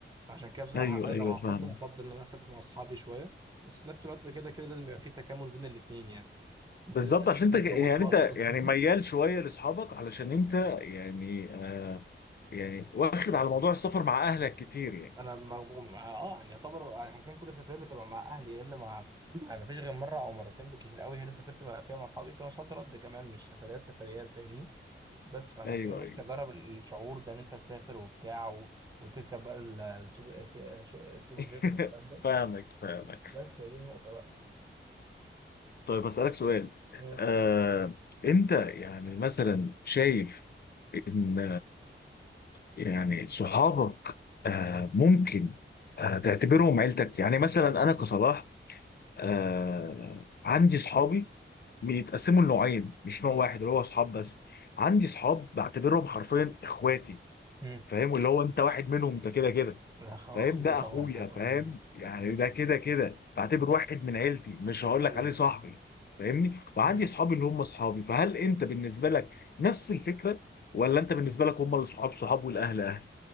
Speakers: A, on the right; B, on the left.
A: فعشان كده بصراحة
B: ايوه
A: أنا
B: ايوه
A: لو هفضل
B: فعلا
A: هفضل إن أنا أسافر مع أصحابي شوية بس في نفس الوقت كده كده لازم يبقى في تكامل بين الاتنين يعني بس
B: بالظبط
A: للأسف
B: عشان
A: مش
B: انت يعني
A: موجود خالص
B: انت
A: أصلا
B: يعني ميال
A: <laughs>
B: شويه لاصحابك علشان انت يعني آه يعني واخد على موضوع السفر مع اهلك كتير يعني
A: أنا ما مع... آه يعني يعتبر يعني حرفيا كل سفرية بتبقى مع أهلي إلا مع يعني مفيش غير مرة أو مرتين بالكتير قوي هي اللي سافرت بقى فيها مع أصحابي كانوا صد رد كمان مش سفريات سفريات فاهمني بس فعشان
B: ايوه
A: كده نفسي
B: ايوه
A: أجرب الشعور ده إن أنت تسافر وبتاع و... وتركب بقى ال- السوبر سي- سوبر
B: <laughs>
A: جيت والكلام ده
B: فاهمك فاهمك
A: بس هي دي النقطة بقى
B: طيب اسالك سؤال
A: مم.
B: آه انت يعني مثلا شايف ان يعني صحابك آه ممكن آه تعتبرهم عيلتك يعني مثلا انا كصلاح آه عندي صحابي بيتقسموا لنوعين مش نوع
A: مم.
B: واحد اللي هو صحاب بس عندي صحاب بعتبرهم حرفيا اخواتي
A: مم.
B: فاهم واللي هو انت واحد منهم انت كده كده
A: ده خو-
B: فاهم
A: اخويا
B: ده
A: طبعا
B: اخويا
A: انت هتقول
B: فاهم
A: لي ايه
B: يعني
A: مم.
B: ده كده كده بعتبر واحد من عيلتي مش هقول
A: ايوه
B: لك عليه صاحبي
A: ايوه
B: فاهمني وعندي
A: مم.
B: صحابي اللي هم صحابي فهل انت بالنسبه لك نفس الفكره ولا انت بالنسبه لك هم الصحاب صحاب والاهل اهل